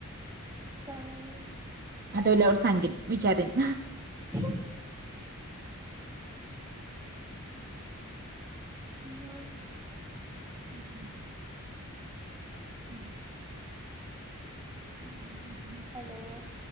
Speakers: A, on the right; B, on the right.
A: काय?
B: आठवल्यावर सांगेन विचारेन.
A: ह <unintelligible> मग
B: हम्म हम्म हम्म. हम्म. हम्म. <inaudible>
A: हॅलो.